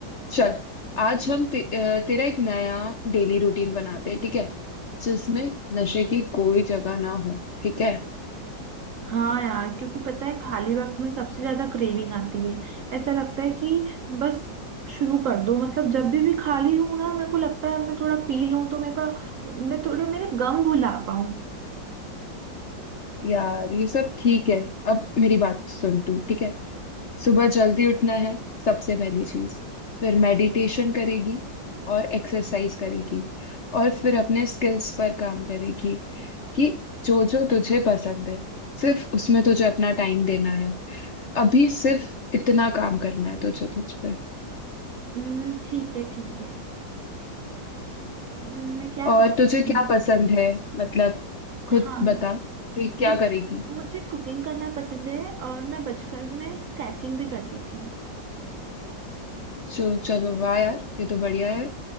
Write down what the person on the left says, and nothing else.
चल आज हम ते, अ, तेरा एक नया डेली रूटीन बनाते हैं ठीक है जिसमें नशे की कोई जगह ना हो ठीक है
यार ये सब ठीक है अब मेरी बात सुन तू ठीक है सुबह जल्दी उठना है सबसे पहली चीज फिर मेडिटेशन करेगी और एक्सरसाइज करेगी और फिर अपने स्किल्स पर काम करेगी कि जो जो तुझे पसंद है सिर्फ उसमें तुझे अपना टाइम देना है अभी सिर्फ इतना काम करना है तुझे तुझ पे
और
तुझे
क्या पसंद है मतलब खुद
बता कि क्या
करेगी
सो चलो वाह यार ये तो बढ़िया है